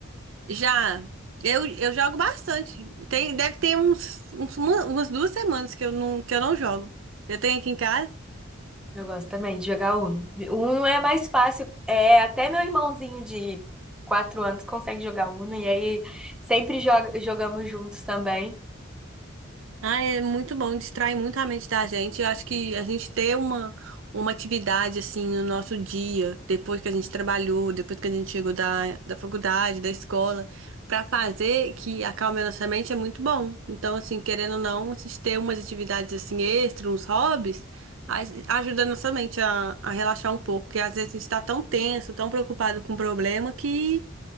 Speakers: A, on the right; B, in the centre.
A: Já eu, eu jogo bastante. Tem, deve ter uns, uns uma- umas duas semanas que eu não que eu não jogo. Eu tenho aqui em casa
B: Eu gosto também de jogar Uno. Uno é mais fácil. É, até meu irmãozinho de quatro anos consegue jogar Uno e aí sempre joga- jogamos juntos também.
A: Ah, é muito bom, distrai muito a mente da gente. Eu acho que a gente ter uma, uma atividade assim no nosso dia, depois que a gente trabalhou, depois que a gente chegou da, da faculdade, da escola, pra fazer que acalme a nossa mente é muito bom. Então, assim, querendo ou não, a gente ter umas atividades assim extras, uns hobbies, a- ajuda a nossa mente a, a relaxar um pouco, porque às vezes a gente tá tão tenso, tão preocupado com o problema que